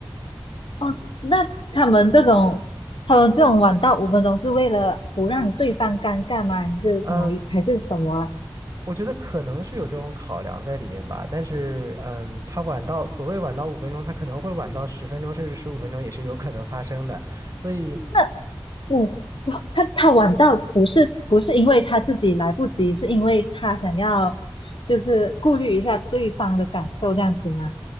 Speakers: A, on the left (about 70°); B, on the right (about 40°).
A: 哦，那他们这种他们这种晚到五分钟是为了不让对方尴尬吗？还是什么？
B: 嗯，
A: 还是什么啊
B: 我觉得可能是有这种考量在里面吧，但是嗯，他晚到所谓晚到五分钟，他可能会晚到十分钟甚至十五分钟也是有可能发生的，所以
A: 那？嗯，哦他他晚到不是不是因为他自己来不及，是因为他想要就是顾虑一下对方的感受这样子吗？